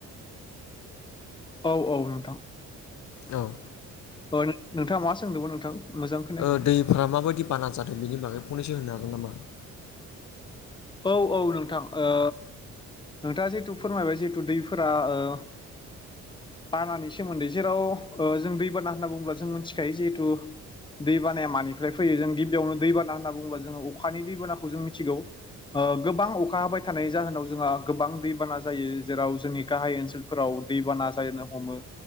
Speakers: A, on the left; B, on the left.
A: औ औ नोंथां।
B: औ।
A: अ नो-नोंथाङा मा सोंदोंमोन नोंथां? मोजां खोनायाखै
B: ओ दैफ्रा माबायदि बाना जादों बेनि बागै फनैसो होनो हागोन नामा?
A: औ औ नोंथां ओ नोंथाङा जितु फोरमायबाय जिहेतु दैफोरा ओ बानानि सोमोन्दै जेराव ओ जों दैबाना होनना बुङोब्ला जों मिथिखायो जिहेथु दैबानाया मानिफ्राय फैयो जों गिबियावनो दैबाना होनना बुङोबा जोङो अखानि दैबानाखौ जों मिथिगौ। ओ गोबां अखा हाबाय थानाय जाहोनाव जोंहा गोबां दैबाना जायो जेराव जोंनि गाहाय ओनसोलफोराव दैबाना जानो हमो।